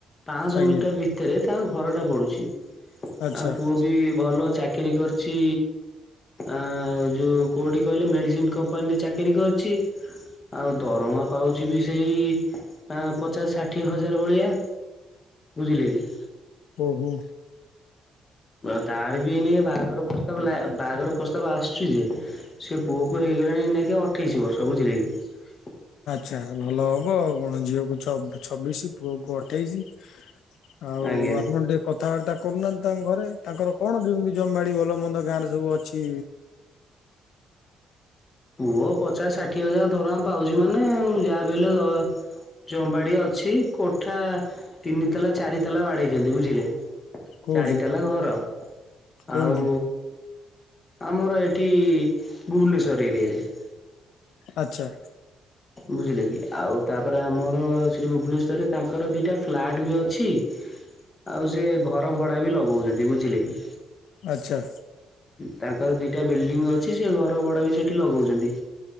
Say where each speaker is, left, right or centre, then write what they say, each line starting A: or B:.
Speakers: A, on the left; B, on the left.
A: ପାଞ୍ଚଶହ
B: ଆଜ୍ଞା
A: ମିଟର ଭିତରେ ତାଙ୍କ ଘରଟା ପଡ଼ୁଛି
B: ଆଚ୍ଛା
A: ଆ ପୁଅ ବି ଭଲ ଚାକିରି କରିଛି ଆ ଯୋଉ କୋଉଠି କହିଲେ -ମେଡିସିନ କମ୍ପାନୀରେ ଚାକିରି କରିଛି। ଆଉ ଦରମା ପାଉଛି ବି ସେଇ ପଚାଶ ଷାଠିଏ ହଜାର ଭଳିଆ ବୁଝିଲେକି?
B: ଓହୋ
A: ତାର ବି ଏ ନେ ବାହାଘର ପ୍ରସ୍ତାବ, ବାହାଘର ପ୍ରସ୍ତାବ ତ ଆସୁଛି ଯେ, ସେ ପୁଅକୁ ହେଇଗଲାଣି ଏଇନେକେ ଅଠେଇଶି ବର୍ଷ, ବୁଝିଲେ କି?
B: ଯା ଭଲ ହବ ଆଉ କଣ, ଝିଅକୁ ଛବିଶି, ପୁଅ କ ଅଠେଇଶି ଆଉ
A: ଆଜ୍ଞା
B: ଆପଣ ଟିକେ କଥାବାର୍ତ୍ତା କରୁନାହାନ୍ତି ତାଙ୍କ ଘରେ ତାଙ୍କର, କଣ କେମତି ଜମି ଭଲ ମନ୍ଦ ଗାଁରେ ସବୁ ଅଛି।
A: ପୁଅ ପଚାଶ ଷାଠିଏ ହଜାର ଦରମା ପାଉଛି ମାନେ ଯାହା ବି ହେଲେ ଜମିବାଡି ଅଛି କୋଠା ତିନି ତାଲା, ଚାରି ତଲା ବାଡେଇଛନ୍ତି, ବୁଝିଲେ
B: କୋଉଠି
A: ଚାରି ତାଲା ଘର
B: କୋଉଠି
A: ଆଉ ଆମର ଏଠି ଭୁବନେଶ୍ଵର ଏରିଆ ହ <inaudible>
B: ଆଚ୍ଛା।
A: ବୁଝିଲେ କି -ଆଉ ତାପରେ ଆମର, ସେଠି ଭୁବନେଶ୍ଵରରେ ତାଙ୍କର ଦିଟା ଫ୍ଲାଟ ବି ଅଛି। ଆଉ ସେ ଘର ଭଡା ବି ଲଗଉଛନ୍ତି, ବୁଝିଲେ କି?
B: ଆଚ୍ଛା।
A: ତାଙ୍କର ଦିଟା ବିଲଡିଙ୍ଗ ଅଛି ସେ ଘର ଭଡା ବି ସେଠି ଲଗଉଛନ୍ତି।